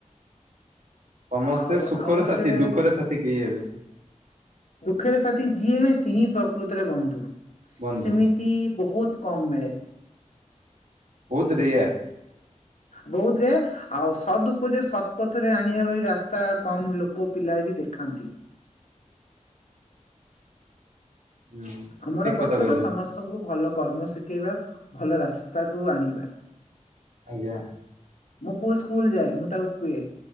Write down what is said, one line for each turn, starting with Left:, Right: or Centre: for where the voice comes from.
Right: ସମସ୍ତେ
Left: ଆଉ
Right: ସୁଖର
Left: ଆଉ ଗୋଟେ
Right: ସାଥୀ ଦୁଃଖର ସାଥି କେହି ହେବେନି।
Left: ଦୁଃଖରେ ସାଥୀ ଯିଏ ହୁଏ ସେ ହିଁ ପ୍ରକୃତରେ ବନ୍ଧୁ
Right: ବନ୍ଧୁ
Left: ସେମିତି ବହୁତ କମ୍ ମିଳେ।
Right: ବହୁତ ରେୟାର।
Left: ବହୁତ ରେୟାର। ଆଉ ସଦ୍ ଉପଯୋଗ ସଦ୍ ପଥରେ ଆଣିବା ବା ରାସ୍ତା କମ ଲୋକ ପିଲା ବି ଦେଖାନ୍ତି।
Right: ହୁଁ
Left: ଆମର
Right: ଠିକ
Left: କର୍ତ୍ତବ୍ୟ
Right: କଥା କହିଲେ
Left: ସମସ୍ତଙ୍କୁ ଭଲ କର୍ମ ଶିଖେଇବା ଭଲ ରାସ୍ତାକୁ ଆଣିବା।
Right: ଆଜ୍ଞା।
Left: ମୁଁ ପୁଅ ସ୍କୁଲ ଯାଏ ମୁଁ ତାକୁ କୁହେ।